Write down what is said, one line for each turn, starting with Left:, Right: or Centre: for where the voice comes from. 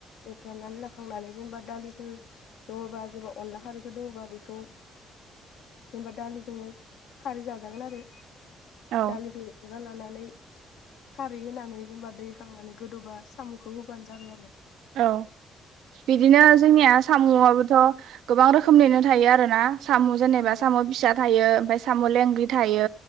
Left: एवफ्रामनानै लाखांनानै जेनेबा दालिफोर दङबा जेनेबा अनला खारैफोर दङबा बेखौ जेनेबा दालिजोंनो खारै जाजागोन आरो।
Right: औ
Left: दालिखौ होख'ना लानानै खारै होनानै जेनेबा दैखांनानै गोदौबा साम'खौ होबानो जाबाय आरो।
Right: औ बिदिनो जोंनिया साम'आबोथ' गोबां रोखोमनिनो थायो आरोना साम' जेनेबा
Left: औ
Right: साम' फिसा थायो ओमफ्राय साम' लेंग्रि थायो